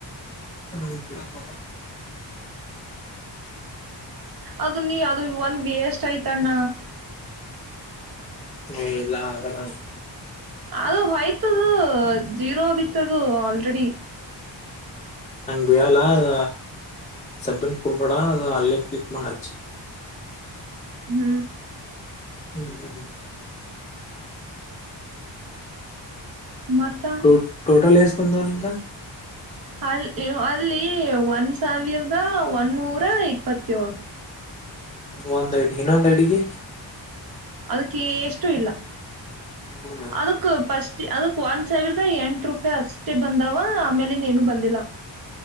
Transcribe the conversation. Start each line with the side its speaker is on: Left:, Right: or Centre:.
Left: ಹ್ಮ ಹ
Right: ಅದು ನೀ ಅದು ಒಂದ್ ವೇಸ್ ಆಯ್ತಣ್ಣ
Left: ಹ್ಮಲ್ಲ ಹಾಗಗಲ್ಲ
Right: ಅದು ಹಯ್ತದು ಜೀರೋ ಬಿತ್ತದು ಆಲ್ರೆಡಿ
Left: ಹೆ ಅದ ಸಬ್ಬಿನ್ ಕುಡ್ಬೇಡ ಅದು ಅಲ್ಲೇ ಪಿಕ್ ಮಾಡಚ್ಚು
Right: ಹ್ಮ್
Left: ಹ್ಮ್
Right: ಮತ್ತ
Left: ೋ ಟೋಟಲ್ ಎ ಸ್ಬಂದ ನಿಂಗ
Right: ಅಲ್ಲಿ ಅಲ್ಲಿ ಒಂದ್ ಸಾವಿರದ ಒನ್ನೂರ ಇಪ್ಪತ್ತೋೇಳು
Left: ಒಂದ್ಐಡ್ಗೆ ಇನ್ನೊಂದ್ ಅಡಿಗೆ
Right: ಅದಕ್ಕೆ ಎಷ್ಟು ಇಲ್ಲ
Left: ಹ್ಮ
Right: ಅದಕ್ ಫಸ್ಟ್ ಅದಕ್ ಒಂದ್ ಸಾವಿರದ ಎಂಟ ರೂಪಾಯಿ ಅಷ್ಟೇ ಬಂದಾವ ಆಮೇಲಿಂದ ಏನು ಬಂದಿಲ್ಲ